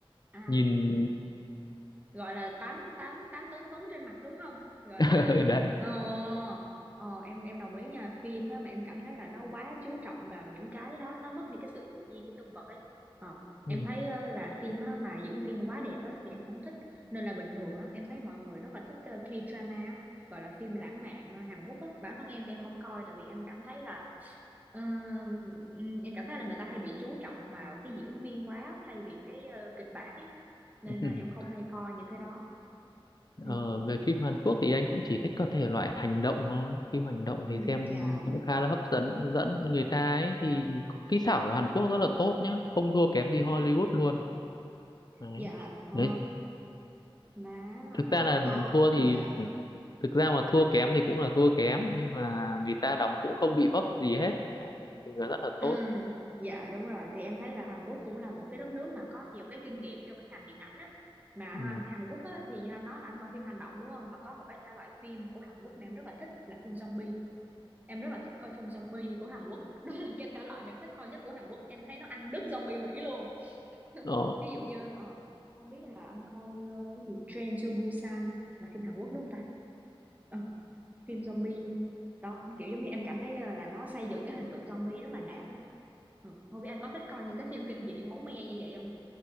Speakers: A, on the right (about 15°); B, on the left (about 45°).
A: À.
B: nhìn
A: gọi là tám tám tám tấn phấn trên mặt đúng không gọi
B: <laughs>
A: là
B: đấy
A: ờ, ờ em em đồng ý nha phim á, mà em cảm thấy là nó quá chú trọng vào những cái đó nó mất đi cái sự tự nhiên của nhân vật ấy ờ
B: ừ.
A: em thấy ờ, là phim á, mà diễn viên quá đẹp á, thì em không thích nên là bình thường á, em thấy mọi người rất là thích ờ, K-drama á, gọi là phim lãng mạn ờ, Hàn Quốc á. bản thân em thì em không coi tại vì em cảm thấy là Ờ, ừm, em cảm thấy là người ta hay bị chú trọng vào cái diễn viên quá thay vì cái ờ, kịch bản ấy nên
B: <laughs>
A: là em không hay coi những cái đó ừ
B: Ờ, về phim Hàn Quốc thì anh cũng chỉ thích các thể loại hành động thôi. Phim hành động
A: Ừ,
B: thì xem
A: dạ,
B: cũng khá là hấp dẫn. Dẫn người ta ấy thì có kỹ xảo của Hàn Quốc rất là tốt nhá, không thua kém gì Hollywood luôn. Đấy.
A: dạ, ờ,
B: Đấy.
A: má
B: Thực ra là
A: có,
B: thua thì
A: dạ.
B: ừ. Thực ra mà thua kém thì cũng là thua kém nhưng mà người ta đóng cũng không bị vấp gì hết. Đấy. Thì nó rất là
A: Ừ,
B: tốt.
A: dạ đúng rồi thì em thấy là Hàn Quốc cũng là một cái đất nước mà có nhiều cái kinh nghiệm trong cái ngành điện ảnh á mà
B: Ừ.
A: ha, Hàn Quốc á, thì như anh nói là anh coi phim hành động đúng không mà có một cái thể loại phim của Hàn Quốc mà em rất là thích là phim zombie em rất là thích coi phim zombie của Hàn Quốc <laughs> đó là cái thể loại mà em thích coi nhất của Hàn Quốc em thấy nó ăn đứt zombie Mỹ luôn <laughs>
B: Ờ,
A: ví dụ như ờ, không biết là anh coi ờ, cái gì Train to Busan là phim Hàn Quốc đúng không ta Ờ, phim zombie đó kiểu giống như em cảm thấy ờ, là nó xây dựng cái hình tượng zombie rất là đạt ấy ừ. không biết anh có thích coi những cái phim kinh dị máu me như vậy không